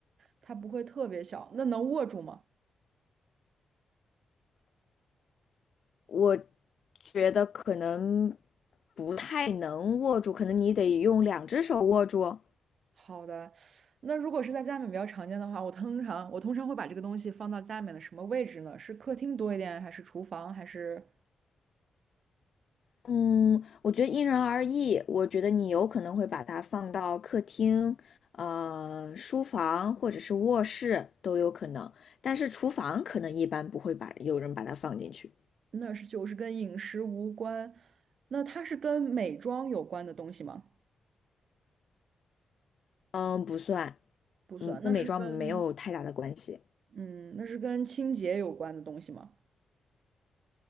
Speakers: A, on the right; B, on the left.
A: 它不会特别小，那能握住吗？
B: 我觉得可能不太能握住，可能你得用两只手握住。
A: 好的，那如果是在家里面比较常见的话，我通常我通常会把这个东西放到家里面的什么位置呢？是客厅多一点，还是厨房，还是
B: 嗯，我觉得因人而异。我觉得你有可能会把它放到客厅、呃，书房或者是卧室都有可能，但是厨房可能一般不会把有人把它放进去。
A: 那是就是跟饮食无关？那它是跟美妆有关的东西吗？
B: 嗯，不算，
A: 不算，
B: 嗯，跟美妆没有太大的关系。
A: 那是跟嗯，那是跟清洁有关的东西吗？